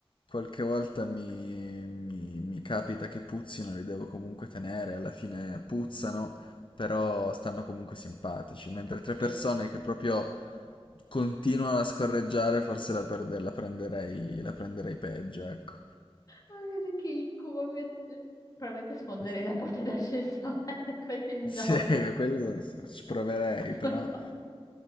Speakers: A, on the left; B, on the left.
A: qualche volta mi, mi mi capita che puzzino, li devo comunque tenere, alla fine puzzano però stanno comunque simpatici, mentre altre persone
B: Sì.
A: che proprio continuano a scorreggiare, forse la, perde- la prenderei, la prenderei peggio, ecco.
B: Oh mio Dio, che incubo, mio Dio. Probabilmente sfonderei
A: <laughs>
B: la porta d'ascensore, <laughs> così
A: Sì,
B: no.
A: quello s- ci proverei,
B: Madonna.
A: però.